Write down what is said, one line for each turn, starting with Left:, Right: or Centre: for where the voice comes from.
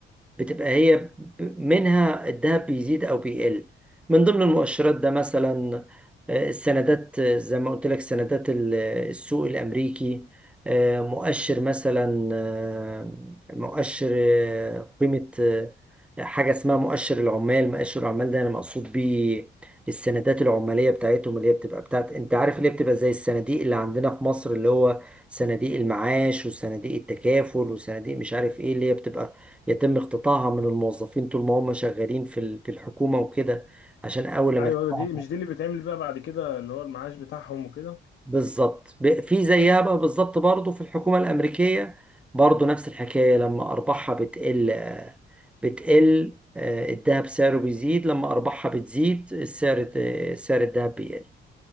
Centre: بتبقى هي ب- منها الذهب بيزيد او بيقل من ضمن المؤشرات ده مثلا آه، السندات آه، زي ما قلت لك سندات ال- آه، السوق الامريكي آه، مؤشر مثلا آه، مؤشر آه، قيمة آه، حاجة اسمها مؤشر العمال مؤشر العمال ده انا مقصود بيه السندات العمالية بتاعتهم اللي هي بتبقى بتاعت انت عارف اللي هي بتبقى زي الصناديق اللي عندنا في مصر اللي هو صناديق المعاش وصناديق التكافل وصناديق مش عارف ايه اللي هي بتبقى يتم اقتطاعها من الموظفين طول ما هم شغالين في ال- في الحكومة وكده عشان أول
Left: ايوه
Centre: ما تقطعها
Left: ايوه دي مش دي اللي بيتعمل بقى بعد كده اللي هو المعاش بتاعهم وكده
Centre: بالظبط ب- في زيها بقى بالظبط برضه في الحكومة الأمريكية برضه نفس الحكاية لما أرباحها بتقل آه، بتقل آه، الذهب سعره بيزيد لما أرباحها بتزيد السعر آه، سعر الذهب بيقل